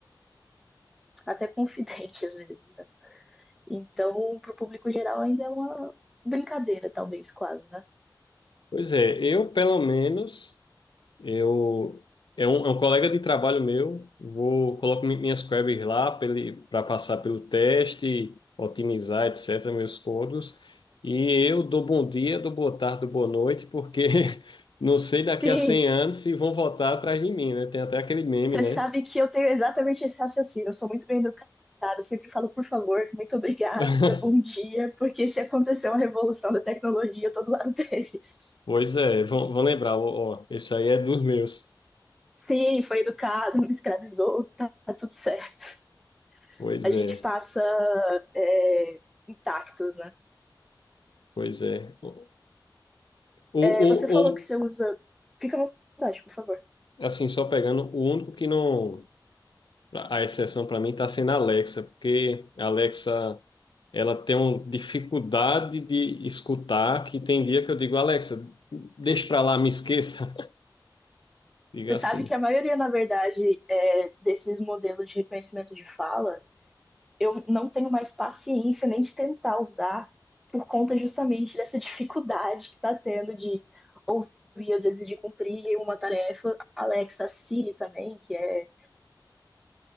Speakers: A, in the centre; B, on the left.
A: até confidente às vezes. Então, para o público geral, ainda é uma brincadeira, talvez, quase, né?
B: pois é, eu pelo menos. Eu é um, é um colega de trabalho meu. Vou coloco mi- minhas queries lá para passar pelo teste, otimizar, etc. Meus códigos. E eu dou bom dia, dou boa tarde, dou boa noite, porque <laughs> não sei daqui
A: Sim,
B: a 100 anos se vão voltar atrás de mim, né? Tem até aquele meme,
A: Você
B: né?
A: sabe que eu tenho exatamente esse raciocínio. Eu sou muito bem educada, eu sempre falo por favor, muito obrigada,
B: <laughs>
A: bom dia, porque se aconteceu uma revolução da tecnologia, eu tô do lado <laughs> deles.
B: Pois é, vão, vão lembrar, ó, ó, esse aí é dos meus.
A: Sim, foi educado, não me escravizou, tá, tá tudo certo.
B: Pois
A: A gente
B: é,
A: passa é, intactos, né?
B: pois é. O, o,
A: É,
B: o,
A: você falou
B: o-
A: que você usa. Fica à vontade, por favor.
B: assim, só pegando, o único que não A exceção para mim está sendo a Alexa, porque a Alexa ela tem uma dificuldade de escutar, que tem dia que eu digo, Alexa, deixa para lá, me esqueça. <laughs> Diga
A: Você
B: assim.
A: sabe que a maioria, na verdade, é, desses modelos de reconhecimento de fala, eu não tenho mais paciência nem de tentar usar por conta justamente dessa dificuldade que está tendo de ouvir, às vezes, de cumprir uma tarefa. Alexa, Siri também, que é